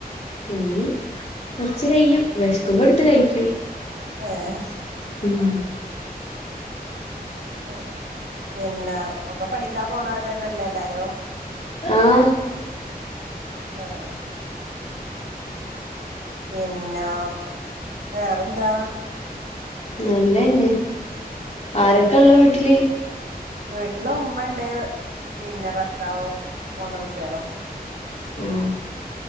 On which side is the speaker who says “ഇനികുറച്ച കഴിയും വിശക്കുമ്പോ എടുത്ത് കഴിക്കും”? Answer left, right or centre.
Left